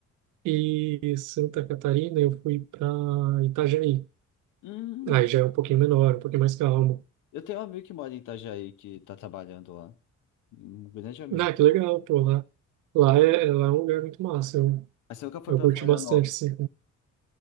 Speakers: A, on the right; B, on the left.
A: e Santa Catarina, eu fui para Itajaí.
B: Hum,
A: Aí já é um pouquinho menor, um pouquinho mais calmo.
B: eu tenho um amigo que mora em Itajaí que tá trabalhando lá. Um grande amigo.
A: Ah, que legal, pô, lá. Lá é, é- lá é um lugar muito massa. Eu,
B: Mas você nunca foi
A: eu
B: para
A: curti
B: Florianópolis?
A: bastante, assim.